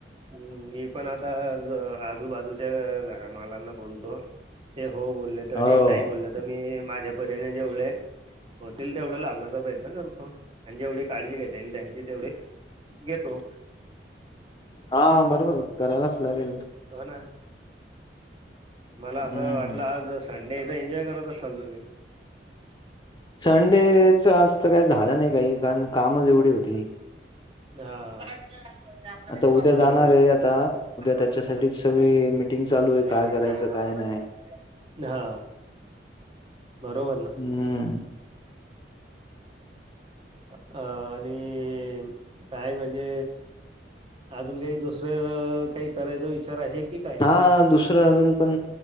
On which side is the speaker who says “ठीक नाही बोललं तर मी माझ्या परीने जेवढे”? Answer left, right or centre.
Right